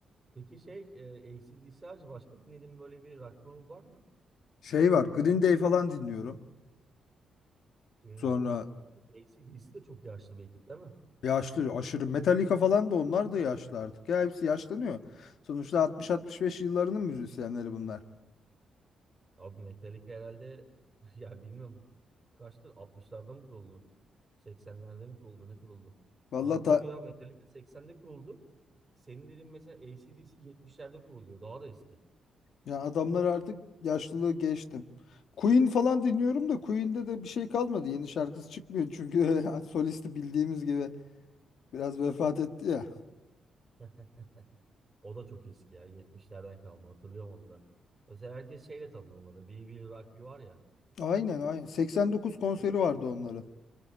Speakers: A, on the right; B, on the left.
A: Peki şey e, AC/DC harici başka dinlediğin böyle bir rock grubu var mı?
B: Şey var Green Day falan dinliyorum.
A: Green
B: Sonra
A: Day. Abi AC/DC de çok yaşlı bir ekip değil mi?
B: Yaşlı aşırı Metallica falan da onlar da yaşlı artık. Ya hepsi yaşlanıyor. Sonuçta 60-65 yıllarının müzisyenleri bunlar.
A: Abi Metallica herhalde <laughs> ya bilmiyorum kaçtır 60'larda mı kuruldu? 80'lerde mi kuruldu? Ne kuruldu?
B: Vallahi
A: Ha
B: ta,
A: dur ya Metallica seksende kuruldu. Senin dediğin mesela AC/DC 70'lerde kuruluyor. Daha da eski.
B: ya adamlar artık yaşlılığı geçtim. Queen falan dinliyorum da Queen'de de bir şey kalmadı. Yeni şarkısı çıkmıyor çünkü <laughs> solisti bildiğimiz gibi biraz vefat etti ya.
A: <laughs> O da çok eski ya. yetmişlerden kalma. Hatırlıyorum onu da. Mesela herkes şeyle tanıdı onları. We Will Rock You var ya.
B: Aynen, aynen. 89 konseri
A: Şimdi,
B: vardı onların.